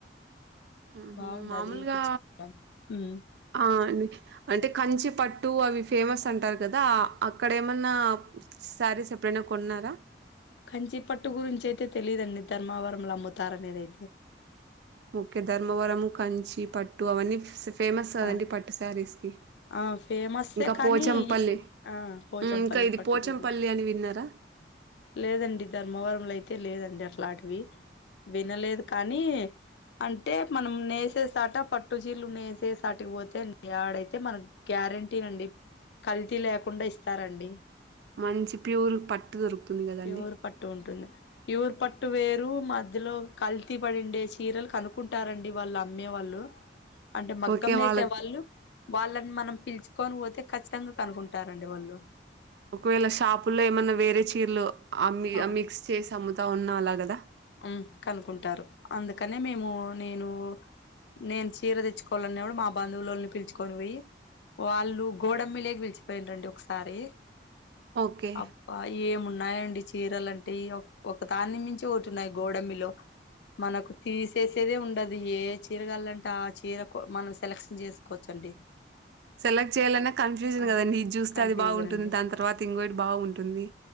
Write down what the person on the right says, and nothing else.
ఉమ్
మామూలుగా
ఆ అండి అంటే కంచి పట్టు అవి ఫేమస్ అంటారు కదా అక్కడ ఏమన్నా సారీస్ ఎప్పుడైనా కొన్నారా
ఓకే ధర్మవరము కంచి పట్టు అవన్నీ ఫేమస్ కాద
అండి పట్టు సారీస్ కి
ఇంకా
పోచంపల్లి
ఉమ్, ఇంకా ఇది
పోచంపల్లి
అని విన్నారా
మంచి ప్యూర్ పట్టు దొరుకుతుంది కదండి
ఓకే
వాళ్ళకి
ఒకవేళ షాపుల్లో ఏమైన్నా వేరే చీరలు
మిక్స్ చేసి అమ్ముతా ఉన్నా అలాగదా
ఓకే
సెలెక్ట్ చేయాలన్నా కన్ఫ్యూషన్
కదండి ఇది చూస్తే
అది బావుంటుంది
దాని తర్వాత ఇంకోటి బావుంటుంది